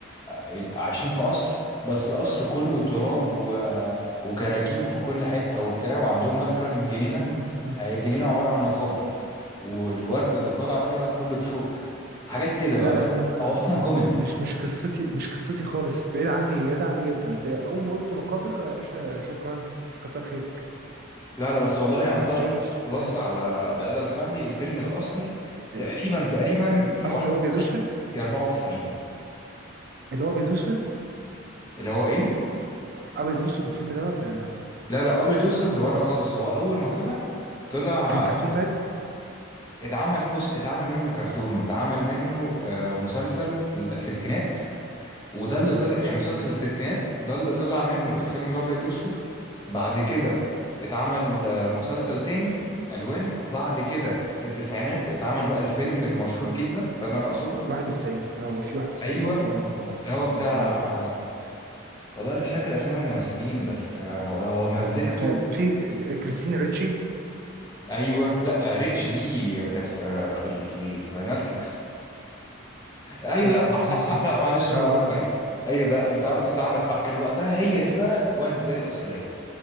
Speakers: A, on the left; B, on the right.
A: ال- عايشين في قصر بس القصر كله تراب و... وكراكيب في كل حته وبتاع وعندهم مثلا جنينه
B: مم. مم.
A: هي جنينه عباره عن مقابر والورد اللي طالع فيها كله بشوك حاجات كده بقى
B: لا
A: بس
B: لا لا
A: هو اصلا
B: لا لا،
A: كوميدي
B: مش مش قصتي مش قصتي خالص بعيد عني بعيد عني جدا أنت أول ما قلت مقابر يا باشا شكرا كتر خيرك
A: لا لا بس والله انصحك
B: ما تلاقيش
A: تبص
B: آه.
A: على ده ادم سامري الفيلم الاصلي تقريبا
B: ال-
A: تقريبا
B: الأصل
A: يا واحد
B: اللي هو أبيض وأسود
A: يا 94
B: اللي هو أبيض وأسود
A: اللي هو ايه
B: أبيض وأسود الفيلم ده ولا
A: لا لا ابيض واسود ده ورا خالص هو اول ما طلع طلع
B: كان كرتون
A: مم.
B: تايب
A: اتعمل بص اتعمل منه كرتون واتعمل منه آه، مسلسل في الستينات وده اللي طلع يعني مسلسل الستينات ده اللي طلع منه الفيلم الابيض واسود بعد كده اتعمل آه، مسلسل تاني الوان وبعد كده في التسعينات اتعمل بقى الفيلم المشهور جدا ده اللي انا اقصده
B: 91 اه هو في 91
A: ايوه
B: اه اه
A: اللي هو بتاع
B: مم، هو ده خلاص
A: والله مش فاكر اسامي الممثلين بس آه، هو هو مزجته
B: آه، في آه، كريستينا ريتشي
A: ايوه لا ريتش دي كانت في في ال- في, ال- في نتفليكس ايوه
B: لا
A: لا
B: ده
A: صح
B: مش
A: صح
B: نتفليكس
A: صح لا معلش
B: اه اه
A: آه، سوري ايوه ده انت
B: اه
A: عن- انت عندك حق كان وقتها هي دي
B: اه
A: بقى وانز داي الاصليه